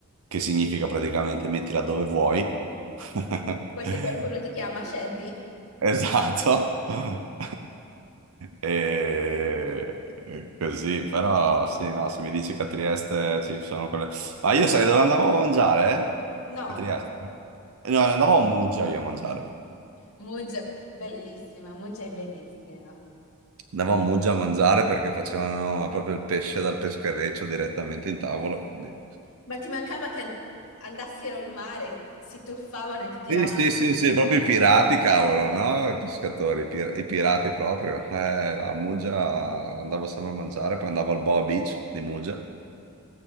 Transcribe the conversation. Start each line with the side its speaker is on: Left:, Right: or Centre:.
Right: che significa praticamente mettila dove vuoi. <laughs>
Left: Poi se qualcuno ti chiama, scendi.
Right: Esatto. <laughs> E... e Così, però sì, no, se mi dici che a Trieste ci sono quelle... Ma io sai dove andavo a mangiare?
Left: No,
Right: eh? A Trieste? No, andavo a Muggia io a mangiare.
Left: Muggia, bellissima, Muggia è bellissima.
Right: Andavamo a Muggia a mangiare perché facevano proprio il pesce dal peschereccio direttamente in tavola. quindi-
Left: Ma ti mancava che an- andassero in mare, si tuffavano e ti tiravano.
Right: Sì, sì, sì, sì, proprio i pirati, cavolo, no? I pescatori, i, pir- i pirati proprio. Eh, no, a Muggia andavo sempre a mangiare, poi andavo al Boa Beach di Muggia.